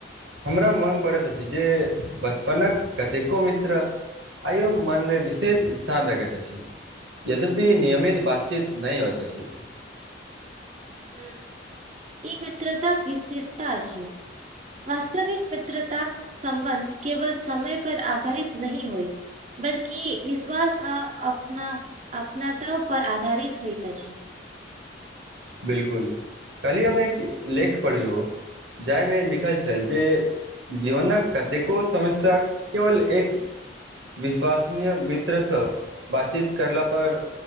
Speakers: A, on the right (about 75°); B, on the right (about 35°).
A: हमरा मोन पड़ैत अछि जे बचपनक कतेको मित्र आइयो मनमे विशेष स्थान रखैत अछि यद्यपि नियमित बातचीत नहि होइत अछि
B: ह ई मित्रतााक विशेषता अछि वास्तविक मित्रतााक सम्बन्ध केवल समय पर आधारित नहि होइ बल्कि विश्वास अपना अपनातो पर आधारित होइत अछि
A: बिलकुल कहली हम एक लेख पढ़लहुँ जाहिमे लिखल छल जे जीवनक कतेको समस्या केवल एक विश्वसनीय मित्रसँ बातचीत कयलापर